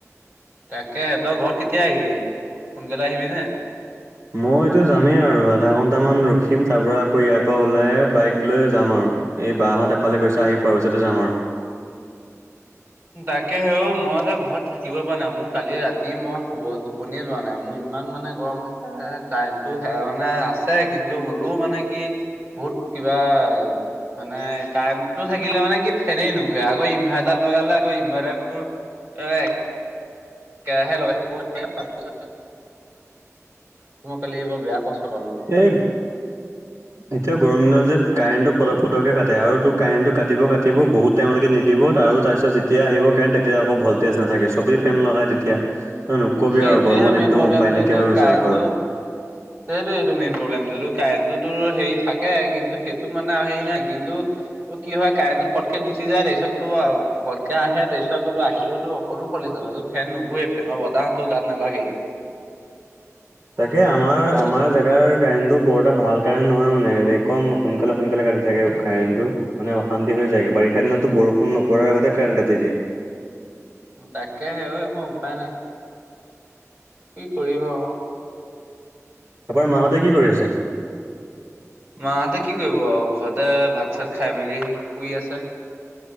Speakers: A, on the right (about 45°); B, on the right (about 75°).
A: তাকে তই ঘৰত কেতিয়া আহিবি সোনকালে আহিবি নে?
B: মইতো যামেই আৰু আধা ঘন্টামান ৰখিম তাৰ পৰা আকৌ ইয়াৰ পৰা ওলাই বাইক লৈ যাম আৰু এই বা হঁত এফালে গৈছে আহি পোৱাৰ পিছতো যাম আৰু
A: হয় <inaudible> তাকে হেও মই যে ঘৰত থাকিব পৰা নাই মোৰ কালি ৰাতি মই শুব টোপনিয়ে যোৱা নাই মোৰ ইমান মানে গৰম হৈছে কাৰেণ্টটো মানে আছে কিন্তু হ'লেও মানে কি বহুত কিবা মানে কাৰেণ্টটো থাকিলে মানে কি ফেনেই নুঘুৰে আকৌ ইনভাৰ্টাৰ লগালে আকৌ ইনভান্টাৰ টো এ একেৰাহে লগাই ৰাতি কালি এইবৰ বেয়া কষ্ট পালোঁ
B: এই এতিয়া গৰম দিনত যে কাৰেণ্ট টো পটক ফটকে কাটে আৰু তোৰ কাৰেণ্টটো কাটিব কাটিব বহুত টাইমলৈকে নিদি ব আৰু তাৰপিছত যেতিয়া আহিব কাৰেট তেতিয়া আকৌ ভল্টেজ নাথাকে চবেই ফেন লগাই তেতিয়া নকবি
A: সেইটোৱেহে
B: আৰু ঘৰ মান
A: মেইন
B: একদম
A: প্ৰব্লেমটো
B: উপায় নাইকিয়া
A: তোৰ
B: হৈ গৈছে
A: কাৰেণ্টটো
B: আৰু ঘৰত
A: সেইটোৱে এইটো মেইন প্ৰব্লেমটোটো কাৰেণ্টটোতো হেৰি থাকে কিন্তু সেইটোত মানে আৰু হেৰি নাই কিন্তু ত কি হয় কাৰেণ্ট টো ফটকে গুচি যায় তাৰ পিছতো ফটকে আহে তাৰ পিছত আকৌতো আহিলেওতো অকনো ভল্টেজ ফেন নুঘোৱে ফেনৰ বতাহতো গাত নালাগে
B: তাকে আমাৰ আমাৰ জোগাৰ কাৰেণ্টটো বৰ এটা ভাল কাৰেণ্ট নহয় মানে কম সোনকালে সোনকালে কাটি থাকে কাৰেণ্টটো মানে অশান্তি হৈ যায়গে বাৰিষা দিনতো বৰষুণ নপৰাৰ আগতে কাৰেণ্ট কাটি দিয়ে
A: তাকে হে, এখন উপায় নাই, কি কৰিব অ
B: তাৰপৰা মাহঁতে কি কৰি আছে?
A: মাহঁতে কি কৰিব আৰু ঘৰতে ভাত চাত খাই মেলি শুই আছে